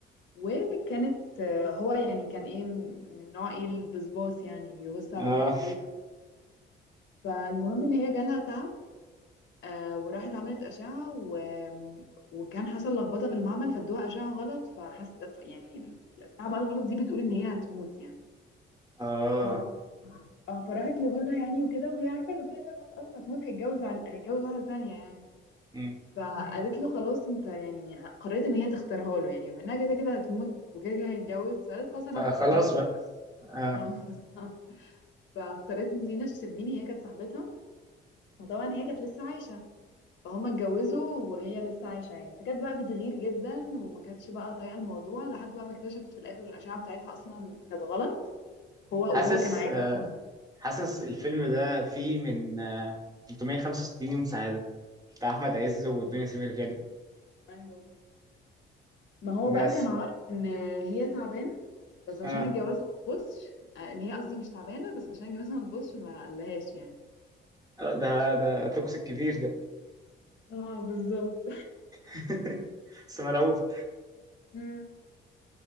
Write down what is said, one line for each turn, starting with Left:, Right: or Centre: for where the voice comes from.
Left: وكانت آه، هو يعني كان ايه من نوع ايه البسباس يعني بيبص على
Right: اه
Left: الستات فالمهم ان هي جالها تعب آه وراحت عملت أشعة و... وكان حصل لخبطة في المعمل فادوها أشعة غلط فحس ف- يعني الأشعة بقى الغلط دي بتقول إن هي هتموت يعني
Right: اه
Left: ف... اه فراحت لجوزها يعني وكده وهي عارفة إنه كده كده خلاص أول ما تموت هيتجوز على... هيتجوز واحدة تانية يعني
Right: مم.
Left: فقالت له خلاص انت يعني قررت ان هي تختارها له يعني بما انها كده كده هتموت وكده كده هيتجوز فقالت خلاص انا
Right: فخلاص
Left: هختارها له
Right: بقى آه.
Left: اه <laughs> بالظبط. فاختارت دينا الشربيني هي كانت صاحبتها وطبعا هي كانت لسه عايشة فهم اتجوزوا وهي لسه عايشة يعني فكانت بقى بتغير جدا وما كانتش بقى طايقة الموضوع لحد بقى ما اكتشفت في الآخر الأشعة بتاعتها أصلا كانت غلط هو وهو
Right: حاسس
Left: كان عارف
Right: حاسس الفيلم ده فيه من آه، 365 يوم سعادة بتاع أحمد عز والدنيا سمير غانم
Left: ايوه ما هو بقى
Right: بس
Left: كان عارف ان هي تعبانة بس عشان
Right: آه
Left: الجوازة ما تبصش ان هي قصدي مش تعبانة بس عشان الجوازة ما تبصش ما قالهاش يعني
Right: آه، ده ده توكسيك كبير ده
Left: اه بالظبط
Right: <laughs> بس مرعوب
Left: امم